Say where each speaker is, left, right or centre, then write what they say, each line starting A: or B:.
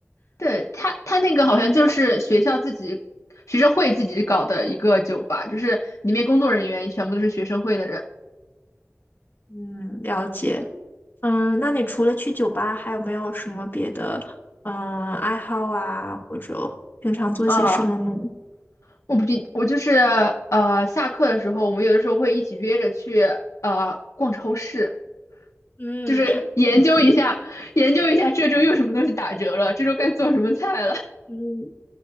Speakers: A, on the left; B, on the left.
A: 对，他他那个好像就是学校自己学生会自己搞的一个酒吧，就是里面工作人员全部都是学生会的人。
B: 嗯，了解。嗯，那你除了去酒吧，还有没有什么别的嗯爱好啊，或者平常做些什么呢？
A: 啊，
B: <laughs>
A: 我不记，我就是呃，下课的时候，我们有的时候会一起约着去呃逛超市，
B: 嗯
A: 就是研究一下，研究一下这周又什么东西打折了，这周该做什么菜了。
B: 嗯，